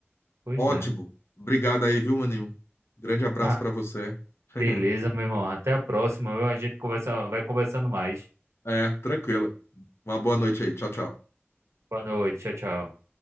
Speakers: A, on the right; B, on the left.
A: Pois
B: Ótimo.
A: é.
B: Obrigado aí, viu, Maninho? Grande abraço
A: Ah,
B: para você. <laughs>
A: beleza, meu irmão. Até a próxima, viu? A gente conversa, vai conversando mais.
B: É, tranquilo. Uma boa noite aí. Tchau, tchau.
A: Boa noite, tchau, tchau.